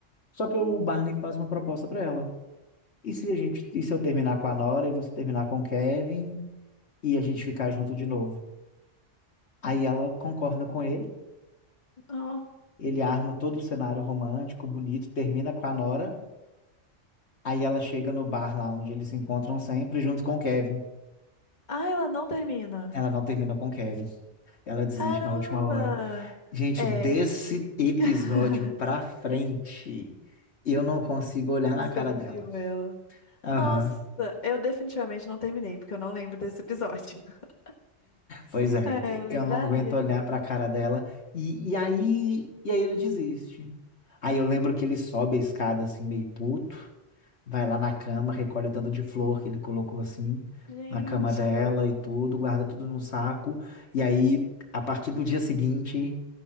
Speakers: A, on the left; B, on the left.
A: Só que o Barney faz uma proposta para ela. E se a gente, e se eu terminar com a Nora e você terminar com o Kevin? e a gente ficar junto de novo. Aí ela concorda com ele,
B: Ó.
A: ele arma todo o cenário romântico, bonito, termina com a Nora, aí ela chega no bar lá onde eles se encontram sempre, junto com o Kevin.
B: Ah, ela não termina.
A: Ela não termina com o Kevin, ela desiste
B: Caramba!
A: na última hora. Gente,
B: É.
A: desse episódio
B: <laughs>
A: pra frente, eu não consigo olhar na
B: Você
A: cara
B: odiou
A: dela.
B: ela.
A: Aham,
B: Nossa, eu definitivamente não terminei, porque eu não lembro desse episódio. <laughs>
A: Pois é,
B: É,
A: e-
B: eu lembraria.
A: eu não aguento olhar pra cara dela. E, e aí, e aí ele desiste. Aí eu lembro que ele sobe a escada assim, meio puto. vai lá na cama, recolhe o tanto de flor que ele colocou assim,
B: Gente,
A: na cama dela e tudo, guarda tudo num saco. E aí, a partir do dia seguinte,